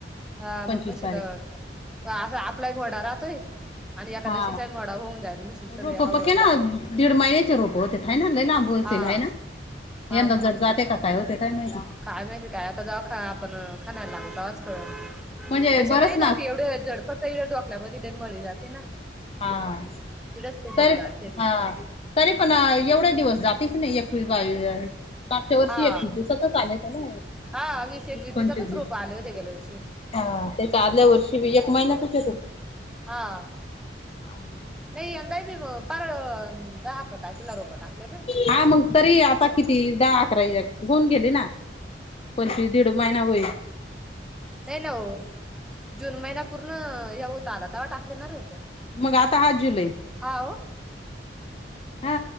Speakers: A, in the centre; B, on the left.
A: <inaudible> हा
B: पंचवीस
A: मग म शि
B: तारीख
A: लग. असं आपला एक घोडा राहतोय? आणि एकादशीचाही
B: हा
A: मोडा होऊन जाईल म्हणशील सगळे
B: रोप
A: हवं
B: पके
A: एकत्र
B: ना दडेड महिनेच रोप होते. ह ना ल लांब बोलतील
A: हा
B: ह ना
A: हा
B: यंदा
A: मग
B: जट जाते का काय होते काय माहिती.
A: काय माहिती काय आता जव खा आपण खानायला लागत तेव्हाच प
B: म्हणजे
A: तसे
B: बरंच
A: नाही जाते
B: ना
A: एवढे झड फक्त एवढ्या डोकल्या बले मळी जाते ना.
B: हा
A: तिथंच लय
B: तर
A: जड जाते ती
B: हा. तरी पण एवढे दिवस जातेच नाही एकवीस-बावीस. मागच्या वर्षी
A: हा
B: एकवीस दिवसातच आलेत ना हे वीस
A: हा एकवीस दिवसातच
B: पंचवीस दिवस.
A: रोप आले होते गेल्या वर्षी
B: हा त्याच्या आदल्या वर्षी बी एक महिनातचेत.
A: हा.
B: आ.
A: नई यंदा मी पार, दहा आकरा तारखेला रोपं टाकले ना.
B: हा मग तरी आता किती दहा, अकरा <unintelligible> होऊन गेले ना. पंचवीस दीड महिना होईल.
A: नाही ना ओ. जून महिना पूर्ण हे होत आला, तवा टाकले ना रोपं.
B: मग आता हा जुलै.
A: हा ओ.
B: हा